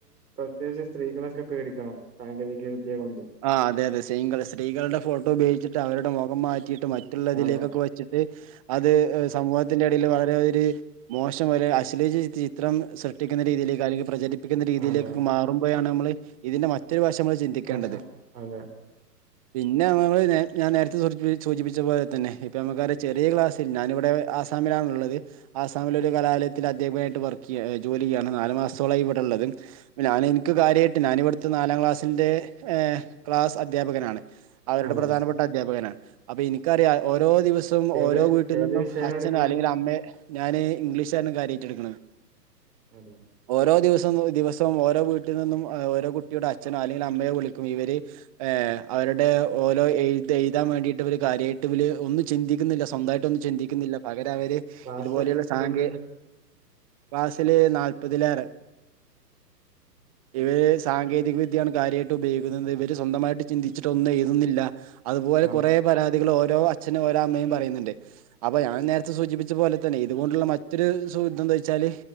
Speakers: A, on the right; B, on the right.
A: പ്രേകിച്ച് സ്ത്രീകളൊക്കെ പേടിക്കണം സാങ്കേതിക വിദ്യയെ കൊണ്ട്
B: അഹ് അതെ അതെ സൈങ്കളെ സ്ത്രീകൾടെ ഫോട്ടോ ബേഗിച്ചിട്ടാ അവരുടെ മൊഖം മാറ്റീട്ടും മറ്റുള്ളതിലേക്കൊക്കു
A: അതെ
B: വെ ചിട്ട് അത് സമൂഹത്തിന്റെ എടേലും വളരെ ഒര് മോശം വരെ അശ്ലീജി ചിത്തി ത്രം സൃഷ്ടിക്ക്ന്ന രീതിയില് കാര്യങ്ങൾ പ്രജരിപ്പിക്ക്ന്ന രീതിയിലേക്ക്ക്
A: അതെ
B: മാറുമ്പോയാണ് അമ്മ്ള് ഇതിന്റെ മാ റ്റര് വശംമ്മള് ചിന്തിക്കേണ്ടത്
A: ഭക്ഷ അതെ
B: പിന്നെ മ്മള് നേ ഞാൻ നേരത്തെ സൂചിപി സൂചിപിച്ച പോലെ തന്നെ ഇപ്പ നമുക്കറിയ ചെറിയ ക്ലാസ് തിന്നാന് ഇവ്ടെ ആസാമിലാൺള്ളത് ആസാമിലൊര് കലാലയത്തിൽ അധ്യാപകായിട്ട് വർക്കിയ്യ ജോലി ചെയ്യയാണ് നാല് മാസത്തോളായി ഇവിടെ ഉള്ളത് പഞാന് ൻക്ക് കാര്യയിട്ട് ഞാനിവിട്ത്തെ നാലാക്ലാസ്ൻ്റെ ഏഹ് ക്ലാസ് അധ്യാപകനാണ് അവരുടെ
A: അതെ
B: പ്രധാനപ്പെട്ട അധ്യാപകനാണ് അപ്പ ഇൻക്കറിയാം ഓരോ ദിവസ ത്തും
A: ഏത്
B: ഓരോ വീട്ടിൽ
A: ഏത്
B: നിന്നും
A: വിഷയാണ്
B: അച്ഛനോ
A: എടുക്കണെ
B: അല്ലെങ്കിൽ അമ്മെ ഞാന് ഇംഗ്ലീഷാണ് കാര്യയ്റ്റ്ട്ക്ക്ണ്
A: അതെ
B: ഓരോ ദിവസംബോ ദിവസം ഓരോ വീട്ടിൽ നിന്നും എ ഓരോ കുട്ടിയുടെ അച്ഛനോ അല്ലെങ്കിൽ അമ്മയോ വിളിക്കും ഇവര് ഏഹ് അവരുടെ ഓരോ എഴ്ത്ത് എയ്താൻ വേണ്ടീട്ട് ഇവര് കാര്യയിട്ട്ബ് ല് ഒന്നും ചിന്തിക്ന്നില്ല സ്വന്തായി ട്ടൊന്നു ചിന്തിക്കുന്നില്ല പകരഅവര്
A: ക്ലാസ്സിൽ
B: ഇതുപോലെയുള്ള
A: എത്ര സ്റ്റുഡന്റ്
B: സാങ്കെ
A: ഉണ്ട്
B: ക്ലാസ്സില് നാല്പതിലേറെ
A: അതെ
B: ഇവര് സ് സാങ്കേതിക വിദ്യയാണ് കാര്യായിട്ട് ഉപയോഗിക്കുന്നത് ഇവര് സ്വന്തമായിട്ട് ചിന്തിച്ചിട്ടൊന്നഎയ്തുന്നില്ല അത്പോലെ
A: ആഹ്
B: കെറേ പരാതികള് ഓരോ അച്ഛനും ഓരോ അമ്മയും പറയുന്നുണ്ട് അപ്പൊ ഞാൻ നേരത്തെ സൂചിപ്പിച്ച പോലെ തന്നെ ഇത്കൊണ്ടുള്ള മറ്റൊരു സുക്‌ത്താന്താച്ചാല്